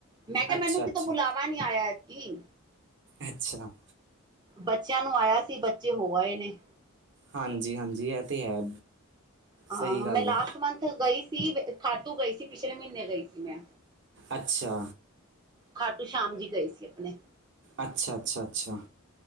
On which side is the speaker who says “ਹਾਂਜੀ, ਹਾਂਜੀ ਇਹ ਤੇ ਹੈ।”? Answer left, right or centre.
Right